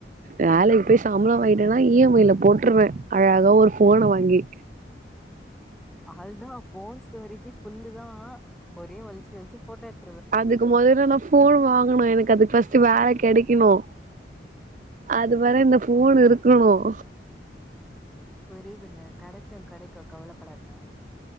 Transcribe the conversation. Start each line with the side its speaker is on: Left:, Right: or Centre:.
Right: வேலைக்கு போய் சம்பளம் வாங்கிட்டேன்னா இ எம் ஐல போட்டுருவேன் அழகா ஒரு போன வாங்கி
Centre: அது தா போன் ஸ்டோரேஜ் ஃபுல்லு தா ஒரே வலிச்சி வலிச்சு போட்டாச்
Right: அதுக்கு முதல்ல நா போன் வாங்கனும் எனக்கு அதுக்கு ஃபர்ஸ்ட் வேல கிடைக் க்கணும் அது வர இந்த போன் இருக்கணும்
Centre: புரியுதுங்க கிடைக்கும் கிடைக்கும் கவலப்படாதீங்க